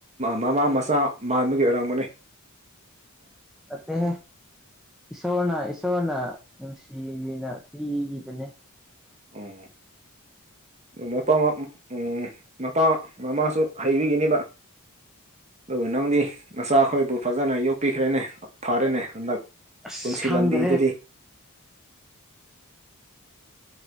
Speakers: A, on the right; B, in the centre.
A: ꯃꯃꯥ ꯃꯆꯥ ꯃꯥꯟꯕꯒꯤ ꯑꯣꯏꯔꯝꯕꯅꯤ
B: ꯑꯠꯇꯦ ꯏꯁꯣꯔꯅ ꯏꯁꯣꯔꯅ ꯅꯨꯡꯁꯤꯅ ꯄꯤꯈꯤꯕꯅꯤ
A: ꯑꯣ ꯑꯗꯨ ꯎ ꯃꯄꯥ ꯃꯃꯥꯁꯨ ꯍꯩꯕꯤꯒꯤꯅꯦꯕ ꯑꯗꯨ ꯅꯪꯗꯤ ꯅꯆꯥꯈꯣꯏꯕꯨ ꯐꯖꯅ ꯌꯣꯛꯄꯤꯈ꯭ꯔꯦꯅꯦ ꯐꯔꯦꯅꯦ ꯍꯟꯗꯛ
B: ꯑꯁ
A: ꯄꯨꯟꯁꯤ
B: ꯈꯪꯗꯔꯦ
A: ꯂꯝꯕꯤꯗꯗꯤ